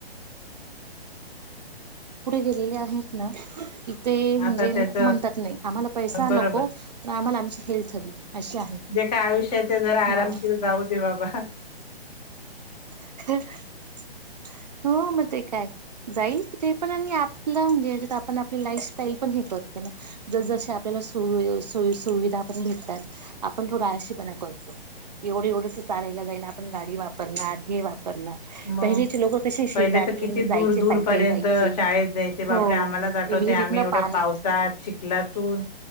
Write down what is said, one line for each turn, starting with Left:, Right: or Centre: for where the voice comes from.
Right: गेलेले आहेत ना ते म्हणजे
Left: आता त्याच
Right: म्हणतात नाही आम्हाला पैसा
Left: बरोबर
Right: नको आम्हाला आमची हेल्थ हवी अशी आहे
Left: एका आयुष्याचे जरा
Right: हा
Left: आरामशीर जाऊ दे बाबा
Right: <inaudible> हो मग ते काय जाईल ते पण आणि आपलं म्हणजे याच्यात आपण आपली लाईफ स्टाईल पण हे जस जस आपल्याला सोई सुविधा भेटतात आपण थोड आळशीपणा करत एवढ एवढ चाारयला जाईल आपण गाडी वापरणार हे वापरणार
Left: मग
Right: पहिलेचे लोक कसे शेतातून
Left: पहिले तर किती
Right: जायचे
Left: दूर दूर
Right: पायी
Left: पर्यंत
Right: पायी जायचे
Left: शाळेत जायचे बापरे
Right: हो
Left: आम्हालाच आठवते
Right: विहिरीतन
Left: आम्ही एवढ्या
Right: पाणी
Left: पावसा चिखलातून